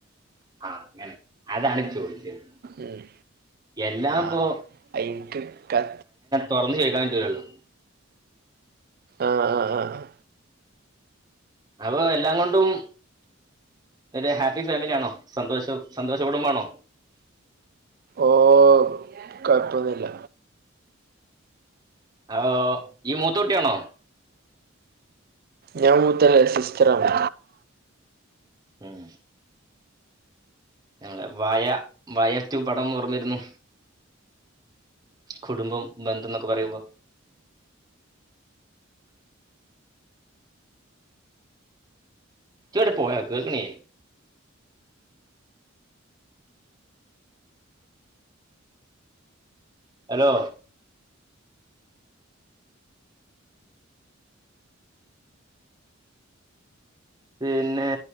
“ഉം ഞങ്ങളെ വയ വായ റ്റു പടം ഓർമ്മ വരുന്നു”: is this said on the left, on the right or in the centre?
Right